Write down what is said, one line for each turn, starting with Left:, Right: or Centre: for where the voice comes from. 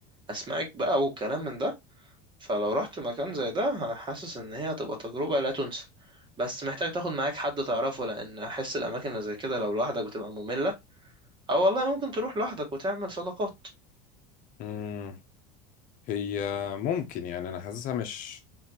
Right: أسماك بقى وكلام من ده فلو رحت مكان زي ده حاسس ان هي هتبقى تجربة لا تنسى بس محتاج تاخد معاك حد تعرفه لان احس الاماكن اللي زي كده لو لوحدك بتبقى مملة او والله ممكن تروح لوحدك وتعمل صداقات
Left: امم هي ممكن يعني انا حاسسها مش